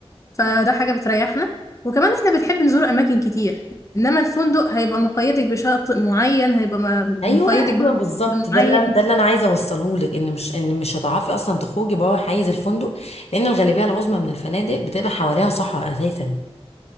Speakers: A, on the left; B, on the left.
A: فده حاجة بتريحنا وكمان إحنا بنحب نزور أماكن كتير إنما الفندق هيبقى مقيدك بشاطئ معين هيبقى م-
B: ايوه
A: مقيدك برضه
B: ايوه بالظبط
A: بأكل
B: ده
A: معين
B: اللي أنا- ده اللي انا عايزه اوصله لك ان مش ان مش هتعرفي اصلا تخرجي بره حيز الفندق لان الغالبيه العظمى من الفنادق بتبقى حواليها صحراء اساسا